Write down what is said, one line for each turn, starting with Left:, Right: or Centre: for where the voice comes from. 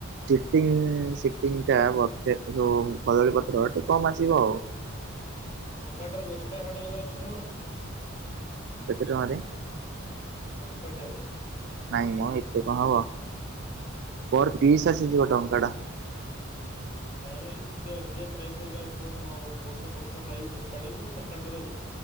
Right: ଯେତିକି ସିଟିଙ୍ଗି ଟା ବଫେ ଠୁ କଦଳୀ ପତ୍ର ଟିକେ କମ୍ ଆସିବ ଆଉ
Left: ଦୋକାନଟାରେ ଦଶଟା ଖଣ୍ଡେ କଦଳି ପତ୍ର ହବନି
Right: କେତେ ଟଙ୍କାରେ
Left: ଟଙ୍କାଟାରେ।
Right: ନାଇଁ ମ ଏତେ କଣ ହବ ପର୍ ପିସ୍ ଆସିଯିବ ଟଙ୍କା ଟା
Left: ନାଇଁ ଭାଇ ଏତେ ଅଧିକା ପ୍ରାଇସ୍ ହେଲେ ଆଉ କଣ ଆଉ ଗୋଟେ ପତ୍ର ଖାଇକି ଫୋପାଡିବୁ ଟଙ୍କା ଟା ଦବୁ